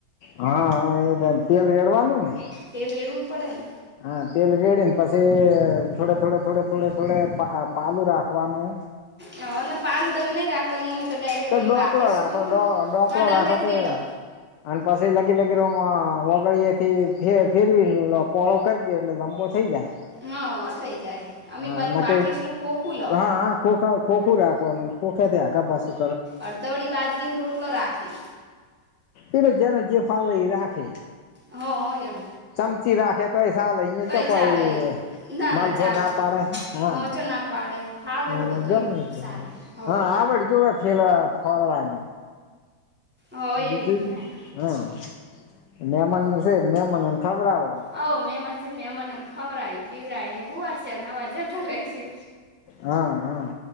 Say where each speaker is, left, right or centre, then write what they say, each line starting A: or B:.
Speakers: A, on the left; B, in the centre.
A: હહ હહ એ તે તેલ રેડવાનું ને?
B: તેલ રેડવું જ પડે ન.
A: હા તેલ રેડી ન પસે થોડે થોડે થોડે થોડે થોડે પા પાલું રાખવાનું.
B: હ હવે ને પાલુ દમી નહી રાખતા મમ્મી તો ડાયરેક્ટ પેલી
A: ડોકલો
B: બાકસ
A: રાખો
B: ને હોય ને
A: ડોકલો
B: એમાં ડંકેથી
A: રાખો તો
B: રેડો.
A: અને પછી લગીર લગીરમાં ઓગડીએથી ફેરવી પળો કરી દે એટલે લંબો થઇ જાય
B: હા થઇ જાય અમે
A: હા
B: પાલું
A: નકે
B: બાકેશ નું ખોખું લો
A: હા હા ખો ખા ખોખું રાખવાનું ખોખે આગા પાસું
B: અડધવડી બાજરીનો રોટલો રાખે
A: એલે જને જે ફાવે એ રાખે
B: હા એમ
A: ચમચી રાખે તો એ સાલે અહ તો
B: એ
A: કોઈ
B: ચાલે એ ના
A: માલફો
B: ચાલે
A: ના પાડે હા
B: હચો ના પાડે
A: હા,
B: તો બધુંય
A: ગમે
B: ચાલે હો
A: હા આવડ જોવે ફેલા ફળવાની
B: હો
A: બીજું
B: એવી રીતના એમ
A: જ હા મેમન છે, મેમનને ખબર આવ
B: હ મહેમાન છેને મહેમાનને ખવડય પીવરાય ને હુંવાર છે અને હવાર જતા રહેશે.
A: હા